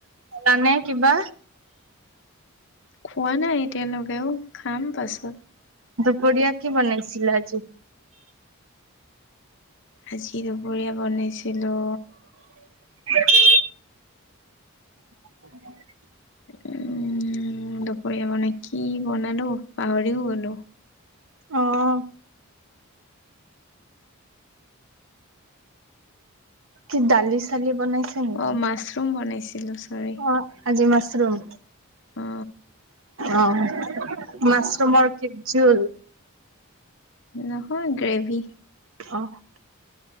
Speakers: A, on the right (about 65°); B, on the left (about 60°).
A: জানে কিবা?
B: খোৱা নাই এতিয়ালৈকে, খাম পাছত।
A: পৰীয়া কি বনাইছিল আজি?
B: আজি দুপৰীয়া বনাইছিলো
A: কি <inaudible>
B: উম, দুপৰীয়া মানে কি বনালো পাহৰিও গ'লো।
A: আহ কি ডালি চালি বনাইছে নেকি?
B: অ', মাছৰুম বনাইছিলো চৰি
A: অ আজি মাছৰুম।
B: অ
A: অ', মাছৰুমৰ কে জুল
B: নহয় গ্ৰেভি
A: অ',